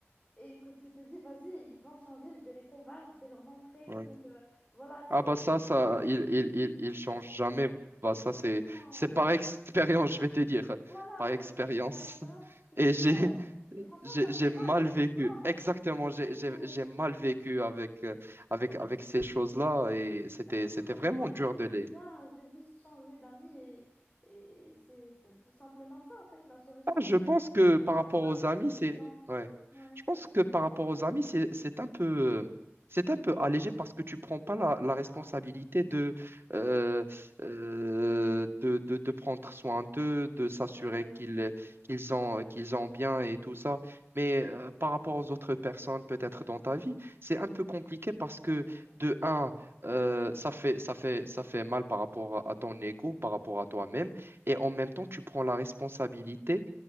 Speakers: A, on the left; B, on the right.
A: et que tu te dis, vas-y, ils vont changer, je vais les convaincre, je vais leur montrer
B: ouais.
A: que, euh, voilà, c'est
B: Ah bah ça, ça, il, il, il, il change jamais. Bah
A: exactement,
B: ça, c'est, c'est
A: au
B: par
A: final,
B: expérience,
A: c'est ça.
B: je vais te dire.
A: voilà,
B: Par
A: moi
B: expérience.
A: aussi, c'est par expérience
B: <laughs>
A: que je te dis
B: Et
A: ça.
B: j'ai,
A: ouais. Et franchement,
B: j'ai,
A: ça fait
B: j'ai
A: mal,
B: mal
A: <laughs>
B: vécu.
A: tu vois. hein.
B: Exactement, j'ai,
A: Ouais.
B: j'ai, j'ai mal vécu avec, euh, avec, avec ces choses-là. Et c'était,
A: Bon,
B: c'était
A: bah, au
B: vraiment
A: final,
B: dur
A: tu te
B: de
A: dis,
B: les
A: viens, je vais juste changer d'amis et, et c'est t- tout simplement ça, en fait, la solution,
B: Ah,
A: elle
B: Je
A: est
B: pense
A: simple, mais
B: que
A: c'est
B: par rapport
A: c'est pas
B: aux
A: toujours
B: amis,
A: évident.
B: c'est ouais.
A: Ouais.
B: Je pense que par rapport aux amis, c'est c'est un peu euh, c'est un peu allégé parce que tu prends pas la, la responsabilité
A: Ah.
B: de, euh, euh, de, de de prendre soin d'eux, de s'assurer
A: Ouais,
B: qu'ils qu'ils ont
A: absolument.
B: qu'ils ont bien et tout ça. Mais euh, par rapport aux autres personnes, peut-être dans ta vie, c'est un peu compliqué parce
A: Ouais,
B: que
A: c'est vrai.
B: de un, euh, ça fait ça fait ça fait mal par rapport à à ton ego, par rapport à toi-même, et en même temps, tu prends la responsabilité